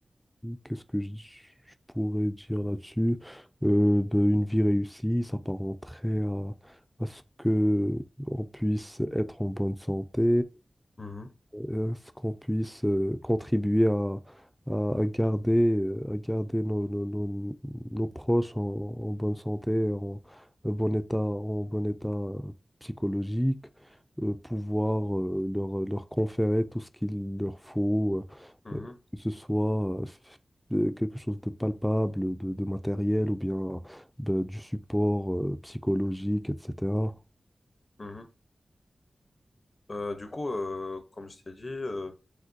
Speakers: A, in the centre; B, on the left.
A: qu'est-ce que je, je pourrais dire là-dessus? Euh, ben, une vie réussie, ça s'apparenterait à, à ce que on puisse être en bonne santé,
B: mhm,
A: euh, qu'on puisse euh, contribuer à, à- à garder, euh, à garder nos, nos- nos- nos proches en, en bonne santé, en, en bon état, en bon état psychologique, euh, pouvoir euh, leur, leur conférer tout ce qu'il leur faut,
B: mhm,
A: euh, euh, que ce soit euh, quelque chose de palpable, de, de matériel ou bien ben, du support euh, psychologique, etc.
B: mhm. Euh, du coup, euh, comme je t'ai dit,